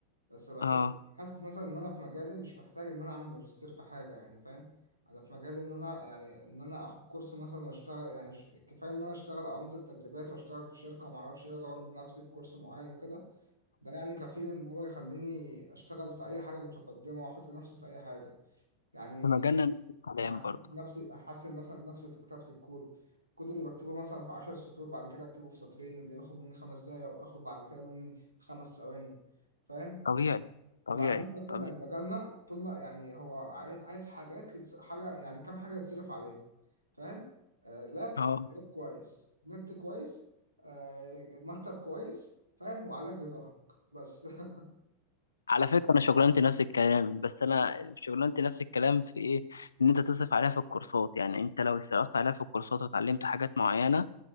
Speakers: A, on the right; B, on the left.
A: بس بحس
B: اه
A: حاسس مثلا ان انا في مجالي مش محتاج ان انا اعمل ماجستير في حاجه يعني فاهم انا في مجالي ان انا يعني ان انا اخد كورس مثلا واشتغل يعني ش... كفايه ان انا اشتغل او انزل تدريبات واشتغل في شركه وما اعرفش ايه اطور من نفسي في كورس معين وكده ده يعني كفيل ان هو يخليني اشتغل في اي حاجه متقدمه واحط نفسي في اي حاجه يعني
B: في مجالنا نفس الكلام
A: هحسن
B: برضه
A: نفسي احسن مثلا نفسي في كتابه الكود الكود اللي بكتبه مثلا في 10 سطور بعد كده اكتبه في سطرين اللي ياخد مني خمس دقايق وياخد بعد كده مني خمس ثواني فاهم
B: طبيعي
A: وبعدين
B: طبيعي
A: اصلا
B: طبيعي
A: يعني مجالنا طول ما يعني هو عاي- عايز حاجات يتس- حاجه يعني كام حاجه يتصرف عليها فاهم آه لاب
B: اه
A: لاب كويس نت كويس آه مكتب كويس فاهم وعلاج لظهرك بس <laughs>
B: على فكرة أنا شغلانتي نفس الكلام بس أنا شغلانتي نفس الكلام في إيه؟ إن أنت تصرف عليها في الكورسات يعني أنت لو صرفت عليها في الكورسات وتعلمت حاجات معينة